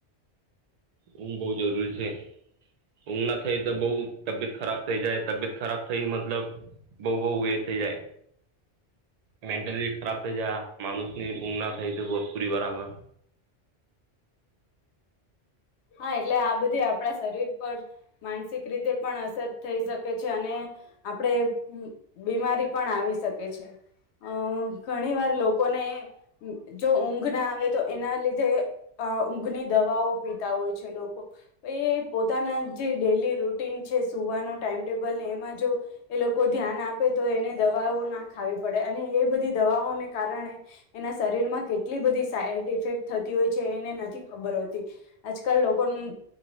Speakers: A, on the right; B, on the left.
A: ઊંઘ બઉ જરૂરી છે ઊંઘ ના થઈ તો બઉ તબિયત ખરાબ થઈ જાય તબિયત ખરાબ થઈ મતલબ બહુ બહુ એ થઈ જાય મેન્ટલી ખરાબ થઇ જયા માણુસ ની ઊંઘ ના થઈ તો બરાબર
B: હા એટલે આ બધી આપણા શરીર પર માનસિક રીતે પણ અસર થઈ શકે છે અને આપડે બીમારી પણ આવી શકે છે અ ઘણી વાર લોકોને જો ઊંઘ ના આવે તો એના લીધે ઊંઘની દવાઓ પી હોય છે લોકો એ પોતાના જે ડેલી રૂટીન છે સુવાનો ટાઈમટેબલને એમ જો એ લોકો ધ્યાન આપે તો એને દવાઓ ના ખાવી પડે અને એ બધી દવાઓને કારણે એના શરીર માં કેટલી બધી સાઈડ ઇફેક્ટ થતી હોય છે એને નથી ખબર હોતી આજ કલ લોકોનું